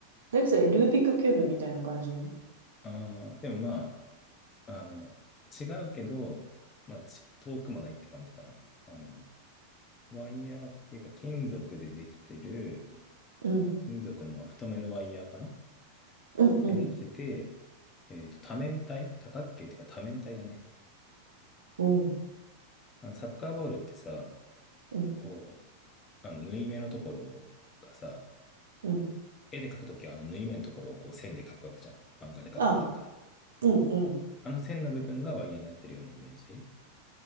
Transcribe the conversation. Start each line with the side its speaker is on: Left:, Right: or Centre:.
Right: 何それルービックキューブみたいな感じの
Left: ああ、でもまあ、あの、違うけど、まあ、ち遠くもないって感じかな。あの、ワイヤーっていうか、金属でできてる、
Right: うん。
Left: 金属のまあ太めのワイヤーかな
Right: うん、
Left: でできてて、
Right: うん。
Left: えっと、多面体多角形っていうか多面体だね。
Right: うん、
Left: あの、サッカーボールってさ、
Right: うん、
Left: こう、あの、縫い目のところがさ、
Right: うん。
Left: 絵で描くときはあの縫い目のところをこう線で描くわけじゃん。漫画で描くんだったら。
Right: あ、うん、うん。
Left: あの線の部分がワイヤーになってるようなイメージ。